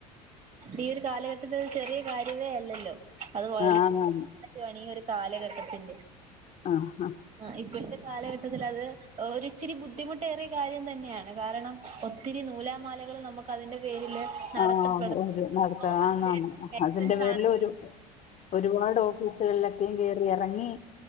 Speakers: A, on the right; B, on the left.
A: ഈ ഒരു കാലഘട്ടത്തി ചെറിയ കാര്യമേ അല്ലല്ലോ അത്പോലാണ്
B: ആഹ് ആന്നാന്ന്
A: ഈ ഒരു കാലഘട്ടത്തിൽ
B: ആഹ് ഹ
A: ആ ഇപ്പോഴത്തെ കാലഘട്ട- ട്ടതിൽ അത് ഒരിച്ചിരി ബുദ്ധിമുട്ടേറിയ കാര്യം തന്നെയാണ് കാരണം ഒത്തിരി നൂലാമാലകൾ നമുക്ക് ക്കതിന്റെ പേരില് നടത്തപ്പെടും
B: ആഹ് ഒരു നടത്ത
A: അതിന്റെ
B: ആന്നാ ന്ന്
A: ലൈസൻസ്
B: അതിന്റെ പേരില്
A: ആണെങ്കിലും
B: ഒരു ഒരുപാട് ഓഫീസുകളിലൊക്കെ കേറി ഇറങ്ങി